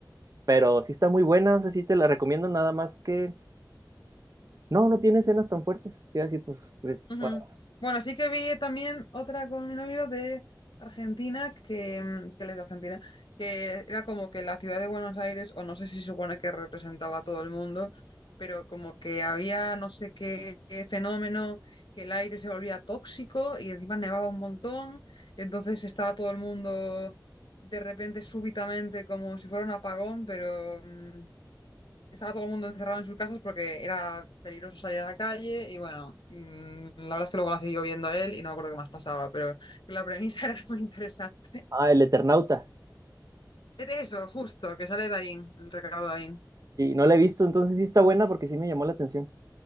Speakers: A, on the right; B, on the left.
A: Pero sí está muy buena, o sea, sí te la recomiendo, nada más que... No, no tiene escenas tan fuertes, te iba a decir, pues, pues,
B: Ujú.
A: para...
B: Bueno, sí que vi también otra con mi novio de Argentina, que, mm, es que él es de Argentina, que era como que la ciudad de Buenos Aires, o no sé si se supone que representaba a todo el mundo, pero como que había no sé qué, qué fenómeno, que el aire se volvía tóxico y encima nevaba un montón, entonces estaba todo el mundo de repente súbitamente como si fuera un apagón, pero... mm, estaba todo el mundo encerrado en sus casas porque era peligroso salir a la calle y bueno, mm, la verdad es que luego la siguió viendo él y no me acuerdo qué más pasaba, pero la premisa <laughs> era muy interesante.
A: Ah, el Eternauta.
B: Es de eso, justo, que sale Darín, el recado de Darín.
A: Sí, no la he visto, entonces sí está buena porque sí me llamó la atención.